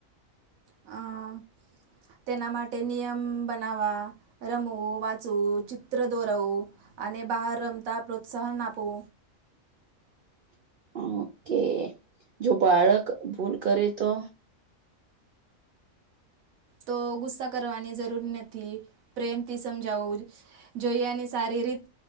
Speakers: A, on the right; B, on the right.
A: <inaudible>
B: અ તેના માટે નિયમ બનાવવા રમવું વાંચવું ચિત્ર દોરવું અને ને બહાર રમતા પ્રોત્સાહન આપવુ
A: <inaudible> ઓકે જો બાળક ભૂલ કરે તો <inaudible>
B: તો ગુસ્સા કરવાની જરૂર નથી પ્રેમથી સમજાવુ જ જો ઈ એની સારી રીત